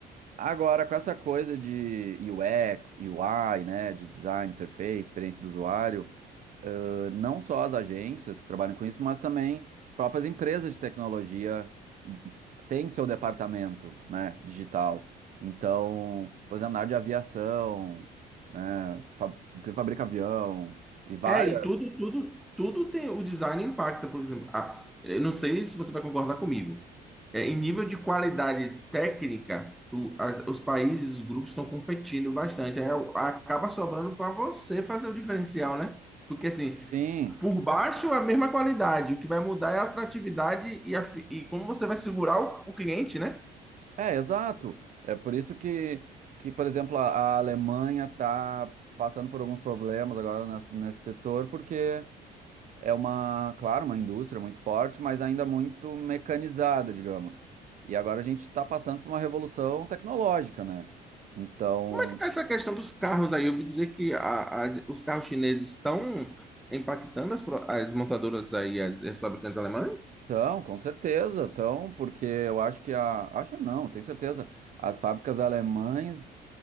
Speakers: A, on the right; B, in the centre.
A: Agora, com essa coisa de UX, UI, né? De design, interface, experiência do usuário, não só as agências que trabalham com isso, mas também próprias empresas de tecnologia têm seu departamento, né, digital. Então, por exemplo, na área de aviação, né, que fa- que fabrica avião e várias.
B: É, e tudo, tudo, tudo tem, o design impacta, por exemplo. Ah, eu não sei se você vai concordar comigo. É, em nível de qualidade técnica, o- as- os países, os grupos estão competindo bastante. Aí acaba sobrando para você fazer o diferencial, né? Porque assim,
A: Sim,
B: por baixo é a mesma qualidade, o que vai mudar é a atratividade e, a fi- e como você vai segurar o, o cliente, né?
A: é, exato. É por isso que, que por exemplo, a, a Alemanha está passando por alguns problemas agora nesse, nesse setor, porque é uma, claro, uma indústria muito forte, mas ainda muito mecanizada, digamos. E agora a gente está passando por uma revolução tecnológica, né? Então,
B: Como é que está essa questão dos carros aí? Eu ouvi dizer que a- as- os carros chineses estão impactando as, pro- as montadoras aí, as, as fabricantes alemãs?
A: então, com certeza, então, porque eu acho que a, acho não, tenho certeza, as fábricas alemães,